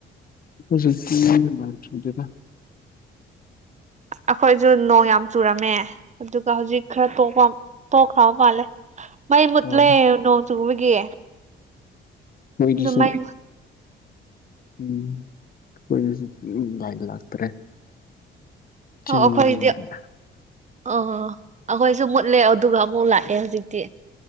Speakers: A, on the left (about 45°); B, on the right (about 35°).
A: ꯔꯗꯦ
B: ꯑꯩꯈꯣꯏꯁꯨ ꯅꯣꯡ ꯌꯥꯝ ꯆꯨꯔꯝꯃꯦ ꯑꯗꯨꯒ ꯍꯧꯖꯤꯛ ꯈꯔ ꯇꯣꯛꯄ ꯇꯣꯛꯈ꯭ꯔꯕ ꯃꯥꯜꯂꯦ ꯃꯩ ꯃꯨꯠꯂꯦ
A: ꯑꯣ
B: ꯅꯣꯡ ꯆꯨꯕꯒꯤ
A: ꯍꯣꯏꯗꯨꯁꯨ
B: ꯑꯗꯨ ꯃꯩ
A: ꯎꯝ ꯑꯩꯈꯣꯏꯅꯁꯨ ꯎ ꯥꯏꯗ ꯂꯥꯛꯇ꯭ꯔꯦ ꯆꯤꯡꯗꯒꯤꯅꯤꯅ
B: ꯑꯣ ꯑꯩꯈꯣꯏꯗꯤ ꯑꯣ ꯑꯩꯈꯣꯏꯁꯨ ꯃꯨꯠꯂꯦ ꯑꯗꯨꯒ ꯑꯃꯨꯛ ꯂꯥꯛꯑꯦ ꯍꯧꯖꯤꯛꯇꯤ